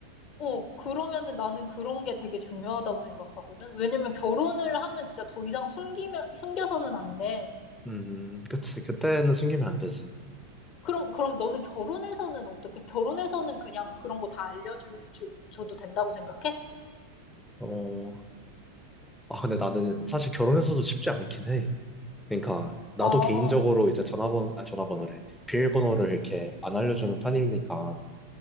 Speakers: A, on the left; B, in the centre.
A: 어, 그러면은 나는 그런 게 되게 중요하다고 생각하거든. 왜냐면 결혼을 하면 진짜 더 이상 숨기면, 숨겨서는 안 돼.
B: 음, 그치. 그때는 숨기면 안 되지.
A: 그럼, 그럼 너는 결혼해서는 어떻게? 결혼해서는 그냥 그런 거 다 알려줘, 주- 줘도 된다고 생각해?
B: 어, 아, 근데 나는 사실 결혼해서도 쉽지 않긴 해. 그러니까 나도
A: 어,
B: 개인적으로 이제 전화번호, 아, 전화번호래. 비밀번호를 이렇게 안 알려주는 편이니까.